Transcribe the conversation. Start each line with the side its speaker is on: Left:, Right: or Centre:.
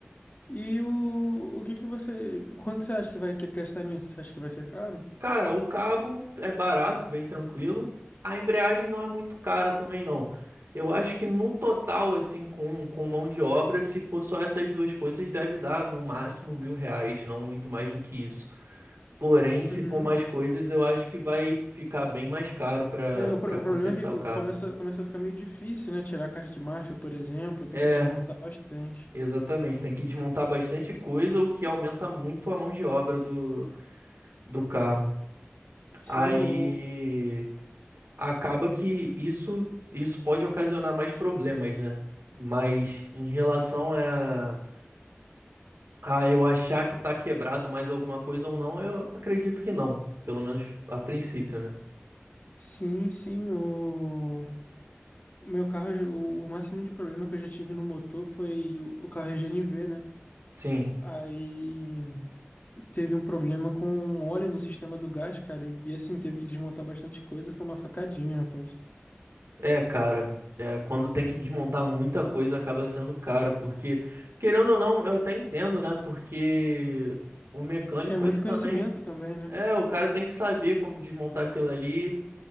Left: E o, o que que você. Quanto você acha que vai ter que gastar nisso? Você acha que vai ser caro?
Right: Cara, o cabo é barato, bem tranquilo. A embreagem não é muito cara também, não. Eu acho que no total, assim, com, com mão de obra, se for só essas duas coisas, deve dar no máximo mil reais, não muito mais do que isso. Porém, se
Left: Uhum.
Right: for mais coisas, eu acho que vai ficar bem mais caro para
Left: É, o, pro-
Right: para
Left: o
Right: consertar
Left: problema é que
Right: o carro.
Left: começa, começa a ficar meio difícil, né? Tirar a caixa de marcha, por exemplo, tem
Right: É,
Left: que desmontar bastante.
Right: exatamente. Tem que desmontar bastante coisa, o que aumenta muito a mão de obra do, do carro.
Left: Sim,
Right: Aí.
Left: o.
Right: acaba que isso isso pode ocasionar mais problemas, né? Mas em relação a, a eu achar que tá quebrado mais alguma coisa ou não, eu acredito que não, pelo menos a princípio, né?
Left: Sim, sim, o. O meu carro, já- o, o máximo de problema que eu já tive no motor foi o, o carro EGNV, né?
Right: Sim,
Left: Aí teve um problema com óleo no sistema do gás, cara, e, e assim, teve que desmontar bastante coisa, foi uma facadinha, rapaz.
Right: é, cara, é, quando tem que desmontar muita coisa acaba sendo caro, porque querendo ou não, eu até entendo, né? Porque o mecânico
Left: É muito
Right: ele
Left: conhecimento
Right: também
Left: também, né?
Right: é, o cara tem que saber como desmontar aquilo ali